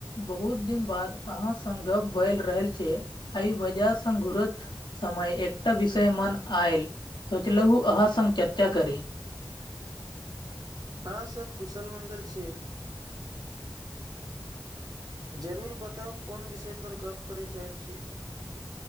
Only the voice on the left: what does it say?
बहुत दिन बाद अहां संग गप बैल रहल छै। एइ वजहसँ घुरत समय एकटा विषय मन आयल सोचलहु अहाँ संग चर्चा करी।